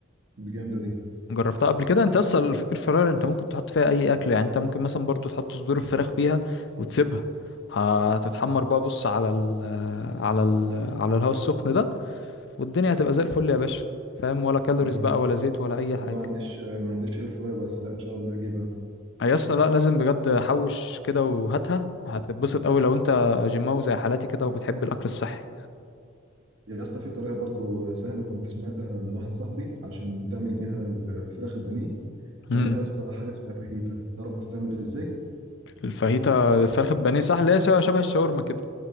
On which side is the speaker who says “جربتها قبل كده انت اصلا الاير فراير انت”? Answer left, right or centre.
Left